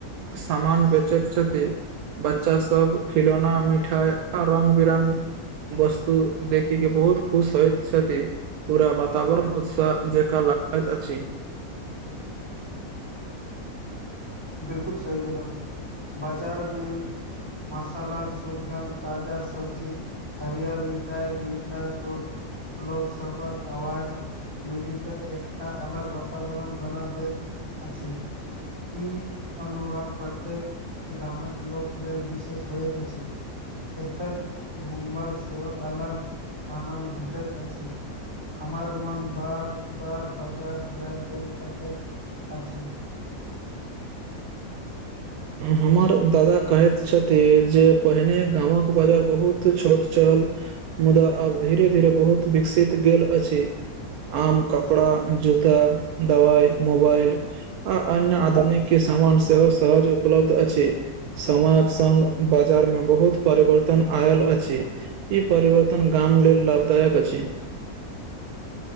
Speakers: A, on the right; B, on the right.
A: समान बेचैत छथि बच्चा सब खिलौना मिठाइ आ बिरंग वस्तु देखिके बहुत खुश होइ छथि पूरा वातावरण उत्साह जेका ल गै तऽ अछि
B: बिलकुल सही केलहुँ बाजारमे मशाला सुुकन ताजा सब्जी हरियर मिठाई मिठा सुक लोकसभक आवाज मिलिके एकटा अलग वातावरण बना देत अछि ई अनुभव प्रत्येक गामक लोक लेल विशेष होयत अछि एतय घुमबाक सेहो अलग आनन्द भेटैत अछि हमर मन बार बार बाजार जाय लेलल कते आ छी <inaudible>
A: हमर दादा कहैत छथिन जे पहिने गामक बाजार बहुत छोट छ ल मुदा आब धीरे धीरे बहुत विकसित गेल अछि आम कपड़ा जूता दवाइ मोबाइल आ अन्य आधुनिक किस सामान सेहो सहज उपलब्ध अछि समयक संग बाजारमे बहुत परिवर्तन आयल अछि ई परिवर्तन गा म लेल लाभदायक अछि